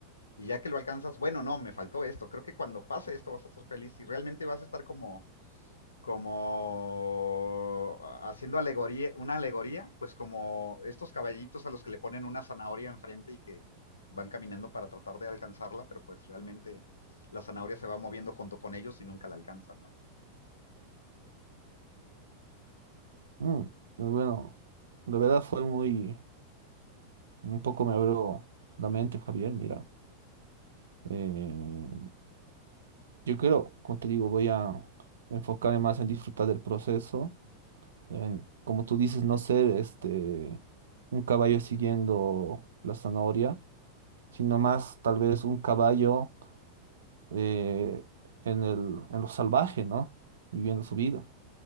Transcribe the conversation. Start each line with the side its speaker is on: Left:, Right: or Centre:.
Left: Y ya que lo alcanzas, bueno, no, me faltó esto, creo que cuando pase esto vas a ser feliz y realmente vas a estar como, como haciendo alegoría, una alegoría, pues como estos caballitos a los que le ponen una zanahoria enfrente y que van caminando para tratar de alcanzarla, pero pues realmente la zanahoria se va moviendo junto con ellos y nunca la alcanzan, ¿no?
Right: Mm, bueno, de verdad fue muy... Un poco me abro la mente, Javier, mira. Eh, yo creo, como te digo, voy a enfocarme más en disfrutar del proceso, en, como tú dices, no ser este un caballo siguiendo la zanahoria, sino más tal vez un caballo eh, en el, en lo salvaje, ¿no? Viviendo su vida.